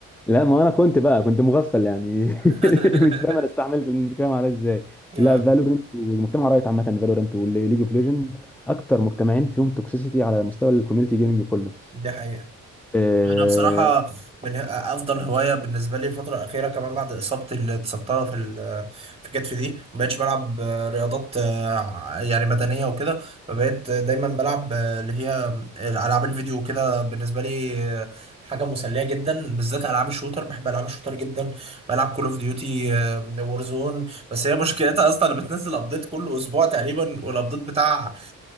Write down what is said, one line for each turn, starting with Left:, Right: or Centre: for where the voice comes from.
Centre: لا ما انا كنت بقى كنت مغفل يعني
Right: <laughs>
Centre: <laughs> مش فاهم انا استعملت الكلام على ازاي
Right: آه،
Centre: لا فالورانت والمجتمع رايت عامه فالورانت وليج اوف ليجند اكتر مجتمعين فيهم توكسيسيتي على مستوى الكوميونتي جيمنج كله
Right: دي حقيقة
Centre: آه،
Right: انا بصراحه من افضل هوايه بالنسبه لي الفتره الاخيره كمان بعد اصابتي اللي اتصبتها في ال- في كتفي دي ما بقتش بلعب آه، رياضات آه، يعني بدنيه وكده فبقيت دايما بلعب آه، اللي هي العاب الفيديو وكده بالنسبه لي آه، حاجه مسليه جدا بالذات العاب الشوتر بحب العاب الشوتر جدا بلعب كول اوف ديوتي وورزون بس هي مشكلتها اصلا بتنزل ابديت كل اسبوع تقريبا والابديت بتاع